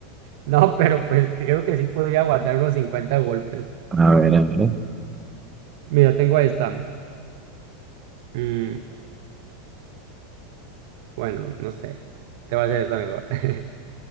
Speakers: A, on the right (about 55°); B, on the right (about 20°).
A: No, pero pues creo que sí podría aguantar unos 50 golpes.
B: A ver, a ver.
A: Mira, tengo esta. Mm, Bueno, no sé. Te va a hacer esta mejor. <laughs>